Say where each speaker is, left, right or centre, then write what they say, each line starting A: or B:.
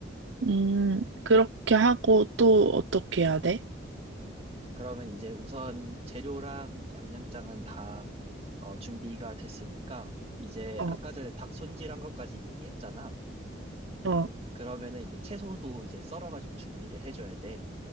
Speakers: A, on the right; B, on the right.
A: 음, 그렇게 하고 또 어떻게 해야 돼?
B: 그러면 이제 우선 재료랑 양념장은 다, 어, 준비가 됐으니까, 이제
A: 어,
B: 아까 전에 닭 손질한 것까지 얘기했잖아.
A: 어,
B: 그러면은 이제 채소도 이제 썰어가지고 준비를 해줘야 돼.